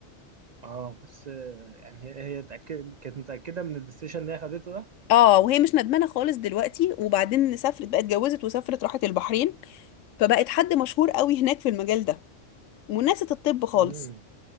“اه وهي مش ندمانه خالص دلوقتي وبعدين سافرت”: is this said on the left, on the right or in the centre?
Left